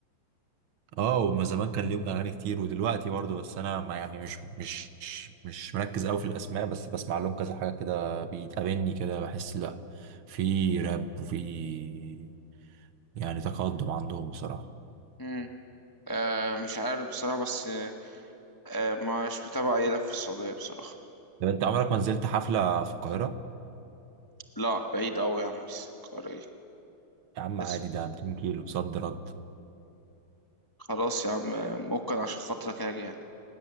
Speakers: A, on the right; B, on the left.
A: اه ومن زمان كان ليهم اغاني كتير ودلوقتي برضو بس انا ما يعني مش مش مش مركز قوي في الاسماء بس بسمع لهم كذا حاجة كده بيتقابلني كده بحس لا في راب وفي يعني تقدم عندهم بصراحة
B: امم آه مش عارف بصراحه بس آه آه، مش متابع اي لف في السعوديه بصراحه
A: طب انت عمرك ما نزلت حفلة في القاهرة
B: لا بعيد قوي يا عم قاري
A: يا عم
B: بس
A: عادي ده 200 كيلو صد رد
B: خلاص يا عم آه، ممكن عشان خاطرك هاجي يعني